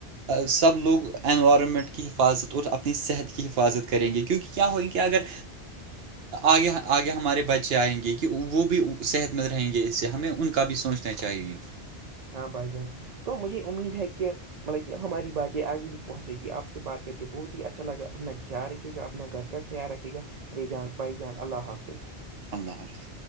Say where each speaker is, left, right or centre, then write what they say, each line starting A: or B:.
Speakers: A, on the right (about 65°); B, on the right (about 45°).
A: سب لوگ انوائرمنٹ کی حفاظت اور اپنی صحت کی حفاظت کریں گے کیونکہ کیا ہوئیں گے اگر آگے آگے ہمارے بچے آئیں گے کہ وہ بھی صحت مند رہیں گے اس سے ہمیں ان کا بھی سوچ نے چاہیے
B: ہاں بھائی جان تو مجھے امید ہے کہ مطلب کہ ہماری باتیں آگے بھی پہنچ جیں گی آپ سے بات کر کے بہت ہی اچھا لگا اپنا خیال رکے گا اپنا گھر کا خل رکے گا میری جان بھائی جان اللہ حافظ
A: فلہہف